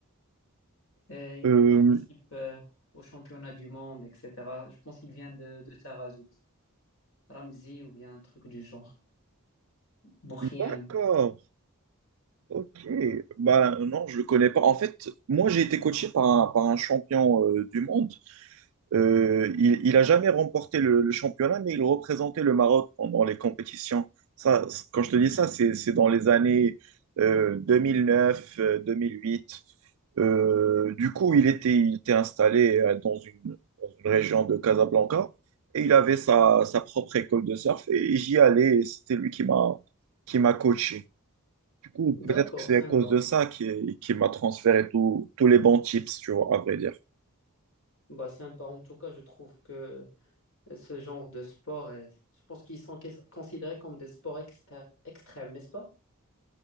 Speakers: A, on the left; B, on the right.
A: Euh, il,
B: Euh,
A: il participe euh, au championnat du monde, etc. Je pense qu'il vient de, de Tarazout. Ramzi ou bien un truc du genre. Bourriam.
B: d'accord, Ok, bah non, je le connais pas. En fait, moi j'ai été coaché par un, par un champion euh, du monde. Euh, il, il a jamais remporté le, le championnat, mais il représentait le Maroc pendant les compétitions. Ça, c- quand je te dis ça, c'est, c'est dans les années euh, 2009, euh, 2008. Euh, du coup, il était, il était installé euh, dans une, dans une région de Casablanca et il avait sa, sa propre école de surf et j'y allais. et C'était lui qui m'a, qui m'a coaché. Du coup,
A: D'accord,
B: peut-être que c'est
A: sympa.
B: à cause de ça qui, qui m'a transféré tout- tous les bons tips, tu vois, à vrai dire.
A: Bah, sympa. En tout cas, je trouve que euh, ce genre de sport, est- je pense qu'ils sont quais- considérés comme des sports exter- extrêmes, n'est-ce pas?